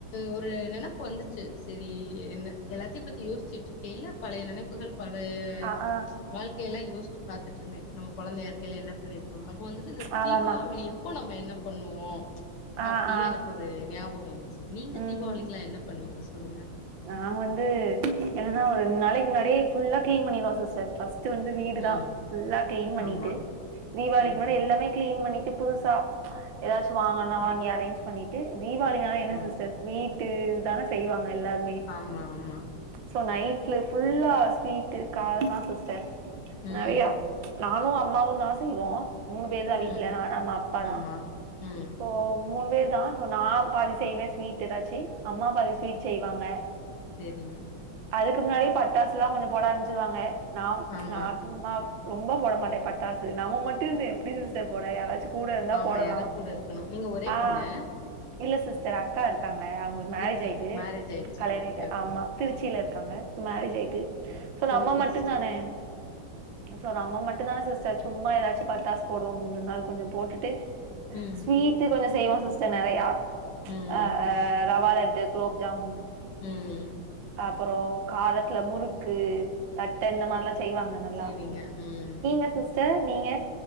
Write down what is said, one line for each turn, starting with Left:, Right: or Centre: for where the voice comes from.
Left: ஒரு நெனப்பு வந்துச்சு செரி என்ன எல்லாத்தையு பத்தி யோசிச்சுட்டு இருக்கையில பழைய நினப்புகள் பழைய
Right: ஆ ஆ
Left: வாழ்க்கையெல்லா யோசிச்சு பாத்துட்ருந்தே நம்ம கொழந்தையா இருக்கையில என்ன பண்ணிருக்கோணு அப்போ வந்துட்டு இந்த
Right: ஆமாமா
Left: தீபாவளி அப்போ நம்ம என்ன பண்ணுவோ
Right: ஆ
Left: அப்டி
Right: ஆ
Left: எனக்கு ஒரு ஞாபக வந்துச்சு நீங்க
Right: ம்
Left: தீபாவளிக்குல்லா என்ன பண்ணுவிங்க சொல்லுங்க.
Right: நாங்க வந்து என்னன்னா ஒரு ரெண்டு நாளைக்கு முன்னாடியே ஃபுல்லா கிளீன் பண்ணிருவோ சிஸ்டர் ஃபஸ்ட் வந்து வீடுதா
Left: ம்.
Right: ஃபுல்லா க்ளீன் பண்ணிட்டு
Left: ஆமா.
Right: தீபாவளிக்கு
Left: ம்.
Right: முன்னாடி எல்லாமே க்ளீன் பண்ணிட்டு புதுச சா ஏதாச்சு வாங்கனுனா
Left: ம்.
Right: வாங்கி அரேஞ்ச் பண்ணிட்டு தீபாவளினாலே என்ன
Left: ஆ.
Right: சிஸ்டர் ஸ்வீட்டு இதுதான செய்வாங்க எல்லாரு
Left: ஆமா ஆமா
Right: சோ நைட்ல ஃபுல்லா ஸ்வீட்டு காரந்தா சிஸ்டர்
Left: ம்.
Right: நெறையா நானு அம்மாவுந்தா செய்வோ மூணு பேர்தா வீட்ல
Left: ம்.
Right: நானு அம்மா அப்பாதா
Left: ஆமா. ம்
Right: அ மூணு பேர் தா சோ நா பாதி செய்வே ஸ்வீட் எதாச்சு அம்மா பாதி ஸ்வீட் செய்வாங்க
Left: செரி
Right: அதுக்கு முன்னாடியே பட்டாசுலா கொஞ்ச போட ஆரம்பிச்சுருவாங்க நாம்
Left: ஆமா.
Right: நா சும்மா ரொம்ப போட மாட்ட பட்டாசு நம்ம மட்டு இருந்து எப்டி சிஸ்டர் போட யாராச்சு கூட இருந்தா
Left: ஆமா
Right: போடலா
Left: யாரா கூட நீங்க ஒரே
Right: ஆ
Left: பொண்ணு
Right: இல்ல சிஸ்டர் அக்கா இருக்காங்க அவுங்குளுக்கு மேரேஜாயிட்டு
Left: இருக்காங்க மேரேஜ் ஆயிடுச்சு
Right: கல்யாணாயிட்டு
Left: ஓகே ஓகே
Right: ஆமா
Left: ஓகே
Right: திருச்சில இருக்காங்க மேரேஜாயிட்டு சோ நம்ம
Left: ஓகே
Right: மட்டுந்தான
Left: சிஸ்டர்
Right: சோ நம்ம மட்டுந்தான சிஸ்டர் சும்மா எதாச்சு பட்டாசு போடுவோ முந்த நாள் கொஞ்ச போட்டுட்டு
Left: ம்
Right: ஸ்வீட்டு கொஞ்ச செய்வோ சிஸ்டர் நெறையா
Left: ம்
Right: அ ரவாலட்டு குலோப்ஜாம்
Left: ம்
Right: அப்பறோ காரத்துல முறுக்கு தட்ட இந்தமார்லா செய்வாங்க நல்லா
Left: செய்வீங்க ம்
Right: நீங்க சிஸ்டர் நீங்க